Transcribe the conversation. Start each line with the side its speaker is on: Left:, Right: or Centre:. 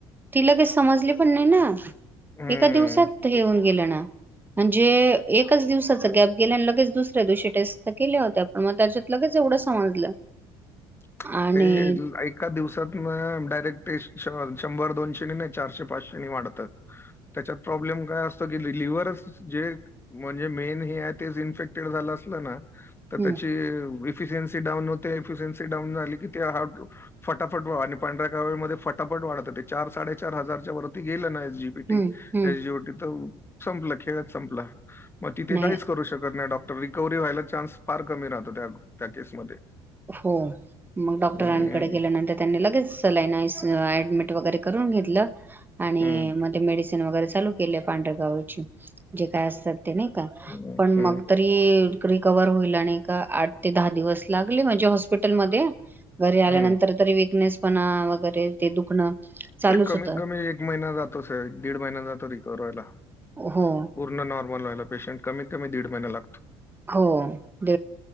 Right: ती लगेच समजली पण नाही ना
Left: हम्म
Right: एका दिवसात हे हुन गेलं ना म्हणजे एकाच दिवसाच गॅप गेल्या आणि लगेच दुसऱ्या दिवशी टेस्ट तर केल्या होत्या पण मग त्याच्यात लगेच एवढं समजलं.
Left: <unintelligible>
Right: आणि
Left: ते एका दिवसात म डायरेक्ट शंभर दोनशे नाही चारशे पाचशे वाढतात त्याच्यात प्रॉब्लेम काय असतो की लिव्ह जे म्हणजे मेन हे ते इनफेक्टेड झाल असल ना तर
Right: हम्म
Left: त्याची एफियनस डाऊन होते एफियनस डाऊन झाली कि हा फटाफट आणि पांढऱ्या कावीळमध्ये फटाफट वाढत ते चार साडेचार हजारच्या वरती गेलं ना जी पी टी
Right: हम्म हम्म
Left: एस जी ओ टी तर संपलं खेळात संपला. मग तिथे
Right: नाही
Left: काहीच करू शकत नाही डॉ रिकव्ही व्हायला चान्स फार कमी राहतो त्या त्या केसमध्ये
Right: हो म डॉक्टरांकडे
Left: हं,
Right: गेल्यानंतर त्यांनी लगेचला नाडमिट वरून घेत आणि
Left: हं.
Right: म मेडिसन वगरे चाल के पांढरगाव जे काय असतात ते नाही का
Left: हं,
Right: पण
Left: हं,
Right: मग तरी रिकवर होईल आणि का आठ ते दहा दिवस लागले म्हणजे हॉस्पिटलमध्येध्ये घरी आल्यानंतर
Left: हं.
Right: तरी विकनेस पण वगैरे ते दुखणं चालूच
Left: ते कमीत
Right: होत
Left: कमी एक महिना जातोच एक दीड महिना जातो रिकववर व्हायला पूर्ण
Right: हो
Left: नॉर्मल व्हायला पेशंट कमीत कमी दीड महिना लागतो
Right: होड